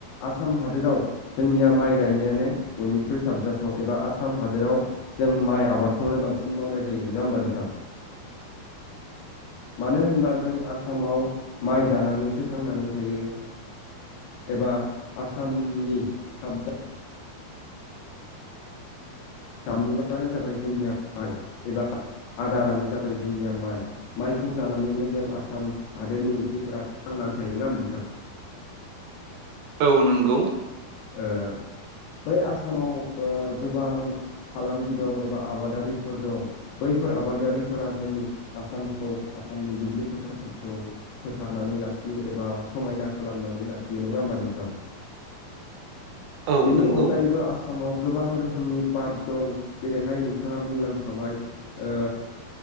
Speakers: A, on the left (about 80°); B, on the right (about 85°).
A: आसाम हादोराव जोंनिया माइ गायनायानो बयनिख्रुइ साबजाथाव एबा आसाम हादोराव जों माइ आबादखौनो बांसिन मावनाय जायो। नङा होमबा नोंथां?
B: <inaudible>
A: मानो होनबा जों आसामाव माइ जानानैसो थांनानै थायो। एबा आसामनि साबजा जामुङानो जाबाय जोंनिया माइ एबा आदारानो जाबाय जोंनिया माइ माइखौ जानानैनो जों आसाम हादोरनि मानसिफोरा थांनानै थायो नङा नोंथां?
B: औ नंगौ।
A: ओ बै आसामाव ओ गोबां फालांगि दं एबा आबादारिफोर दं बैफोर आबादारिफोरा जोंनि आसामखौ आसामनि दुब्लि फोथारफोरखौ फोथारनानै लाखियो एबा समायना खालामनानै लाखियो नङा होमबा नोंथां?
B: औ
A: बेनि
B: नंगौ
A: अनगायैबो आसाम सामाव गोबां रोखोमनि पार्क दं। जेरैहाय नोंथाङा बुंलांखाबाय ओ